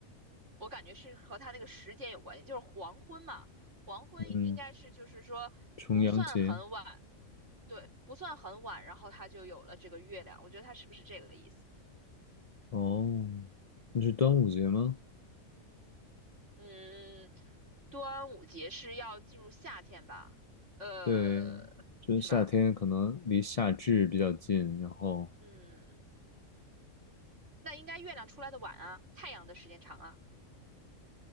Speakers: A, on the right; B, on the left.
A: 我感觉是和它那个时间有关系，就是黄昏嘛，黄昏应该是就是说不算很晚，
B: 嗯，重阳节，
A: 对，不算很晚，然后它就有了这个月亮，我觉得它是不是这个意思？
B: 哦，那是端午节吗？
A: 嗯，端午节是要进入夏天吧？呃，
B: 对，就是夏天可能离夏至比较近，
A: 是吧？
B: 然后，
A: 嗯，那应该月亮出来的晚啊，太阳的时间长啊，